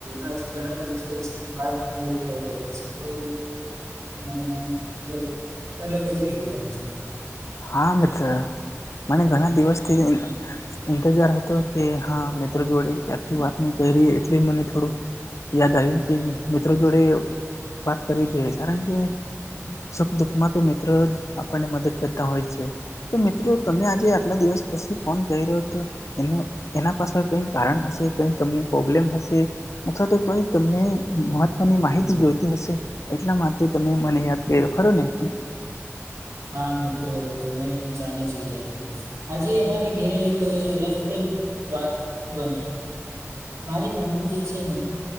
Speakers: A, on the right; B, on the left.
A: આજ ઘણા દિવસ પછી. વાત કર થઈ રહી છે તો. <unintelligible> અલગ ફીલ થાય છે
B: હા મિત્ર મને ઘણા દિવસથી. ઇંતજાર હતો કે હા મિત્રો જોડે ક્યારથી વાત ન કરી એટલે મને થોડું. યાદ આવ્યું કે મિત્રો જોડે. વાત કરવી જોઈએ કારણ કે સુખ દુઃખમાં તો મિત્ર જ આપણને મદદ કરતા હોય છે તો મિત્રો તમે આજે આટલા દિવસ પછી ફોન કર રહ્યો તો.. એનું એના પાછળ કઈ કારણ હશે કઈ તમને કય પ્રોબ્લેમ હશે. અથવા તો કોઈ તમને મહત્વની માહિતી જોઈતી હશે. એટલા માટે તમે મને યાદ કર્યો ખરું ને.
A: હા મિત્ર તમે જાણે જ ગીયા. આજે અમારા ઘેરે એક રસપ્રદ વાત બને. મારી મમ્મી જે છે ને